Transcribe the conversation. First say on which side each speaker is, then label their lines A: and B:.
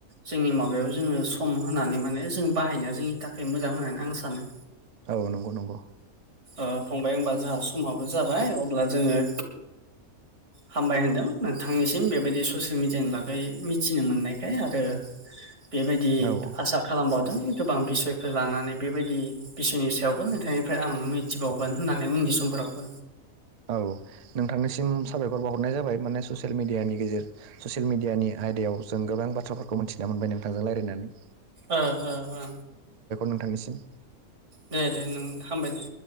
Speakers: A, on the right (about 50°); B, on the right (about 75°).
A: जोंनि माबायाव जोङो सम होनानै माने जों बाहायनाया जोंनि थाखाय मोजां होननानै आं सानो।
B: औ नंगौ नंगौ
A: ओ फंबाय होनबा जोंहा समाबो जाबाय अब्ला जोङो। हामबाय होनदों नोंथांनिसिम बेबायदि ससियेल मिडियानि बागै मिथिनो मोननाय हे आरो बेबायदि
B: औ औ
A: आसा खालामबावदों गोबां बिसयफोर लानानै बेबायदि। बिसोरनि सायावबो नोंथांनिफ्राय आं मिथिबावगोन होननानै उननि समफोरावबो।
B: औ नोंथांनिसिम साबायखर बावाहरनाय जाबाय माने ससियेल मिडियानि गेजेर ससियेल मिडियानि आयदायाव जों गोबां बाथ्राफोरखौ मिथिनो मोनबाय नोंथांजों रायलायनानै।
A: ओ ओ ओ
B: नोंथांनिसिम
A: दे दे नों हामबाय दे।